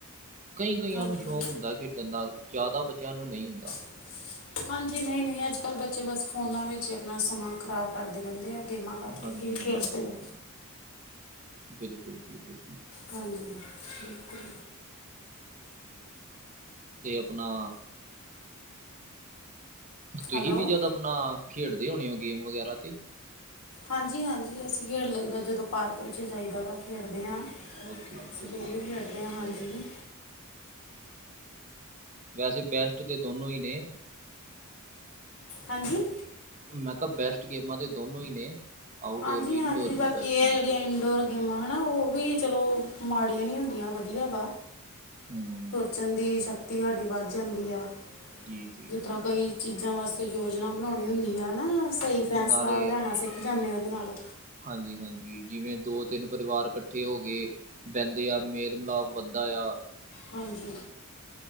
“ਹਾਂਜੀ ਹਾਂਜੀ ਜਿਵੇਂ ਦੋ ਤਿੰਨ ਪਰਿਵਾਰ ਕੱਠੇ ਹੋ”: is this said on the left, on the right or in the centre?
Right